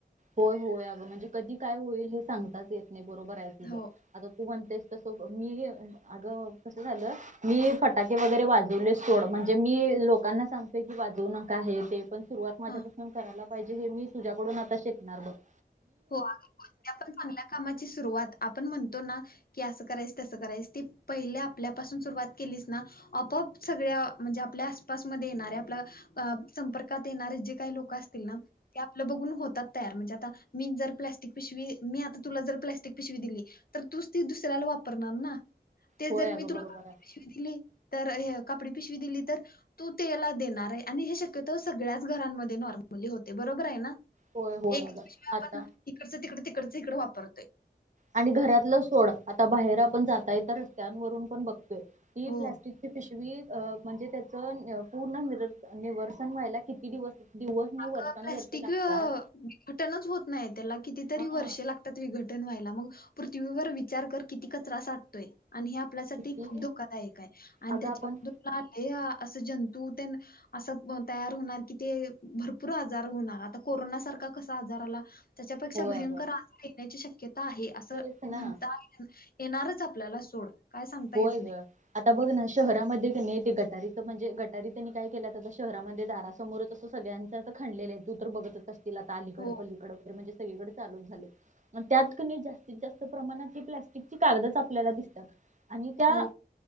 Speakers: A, on the right; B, on the left.
A: होय होय, अगं म्हणजे कधी काय होईल हे सांगताच येत नाही, बरोबर आहे तुझं.
B: हो.
A: आता तू म्हणतेस तसं, मी घे, अगं कसं झालं मी फटाके वगरे वाजवलेच सोड, म्हणजे मी लोकांना सांगतेय की, वाजवू नका हे ते पण सुरुवात माझ्यापासुन
B: हां.
A: करायला पाहिजे. हे मी तुझ्याकडून आता शिकणार बघं.
B: हो, आणि कोणत्या पण चांगल्या कामाची सुरुवात आपण म्हणतो ना की, अस करायच, तस करायच. ती पहिल्या आपल्यापासून सुरुवात केलीच ना आपोआप सगळ्या, म्हणजे आपल्या आसपासमध्ये येणाऱ्या आपल्या संपर्कात येणारे जे काही लोक असतील ना, ते आपलं बघून होतात तयार म्हणजे आता मी जर प्लॅस्टिक पिशवी, मी आता तुला जर प्लॅस्टिक पिशवी दिली तर तूच ती दुसऱ्याला वापरणार ना. ते
A: होय
B: जर
A: अगं
B: मी तुला
A: बरोबर
B: कापडी
A: आहे
B: पिशवी दिली. तर हे, कापडी पिशवी दिली तर? तू तेला, देणारेय. आणि हे शक्यतो सगळ्याच घरांमध्ये नॉर्मली होतय. बरोबर आहे ना.
A: होय होय
B: एकच
A: अगं
B: पिशवी आपण
A: आता
B: इकडच तिकडे तिकडच इकडे वापरतोय.
A: आणि घरातल सोड, आता बाहेर आपण जाता येता रस्त्यांवरून पण बघतोय. ती
B: हो.
A: प्लास्टिकची पिशवी म्हणजे त्याच पूर्ण निवर्सन व्हायला किती दिवस दिवस नाही
B: अग
A: वर्षानुवर्ष
B: प्लॅस्टिक
A: लागतात
B: विघटनच होत नाही. त्याला कितीतरी
A: हा
B: वर्षे लागत विघटन व्हायला. मग पृथ्वीवर विचार कर किती कचरा साटतोय. आणि हे आपल्यासाठी
A: किती
B: खूप धोकादायक आहे. आणि
A: अगं
B: त्याच्या
A: आपण
B: ला ते हा, अस जंतू तेन अस तयार होणार कि ते भरपूर आजार होणार, आता कोरोनासारखा कसा आजार आला. त्याच्यापेक्षा
A: होय
B: भयंकर
A: अगं
B: आ येण्याची शक्यता आहे. अस
A: तेच
B: म्हणता,
A: ना
B: येणारच आपल्याला सोड. काय सांगता
A: होय
B: येत नाही.
A: ग. आता बघ ना शहरामध्ये की नाही, ते गटारीच म्हणजे गटारी त्यांनी काय केल्यात आता शहरामध्ये दारासमोर अस सगळ्या खनलेल आहे. तू तर बघतच असतील, आता अलीकड
B: हो,
A: पलीकड वगैरे म्हणजे सगळीकडे चालूच झाले. आणि त्यात की नाही, जास्तीत जास्त प्रमाणात ही प्लॅस्टिकची कागदच आपल्याला दिसतात. आणि त्या
B: हो,